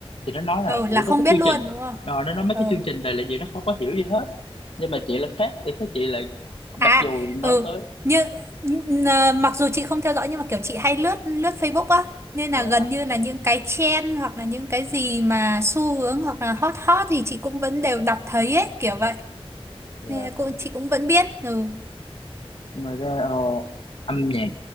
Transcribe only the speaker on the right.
Ừ,
là không
biết
luôn
đúng không
ừ
À,
ừ,
như n- n- mặc dù chị không theo dõi nhưng mà kiểu chị hay lướt lướt Facebook á, nên là
gần như là những cái trend hoặc là những cái gì mà xu hướng hoặc là hot hot thì chị cũng vẫn đều đọc thấy ấy, kiểu vậy.
Nên là cũng chị cũng vẫn biết. Ừ,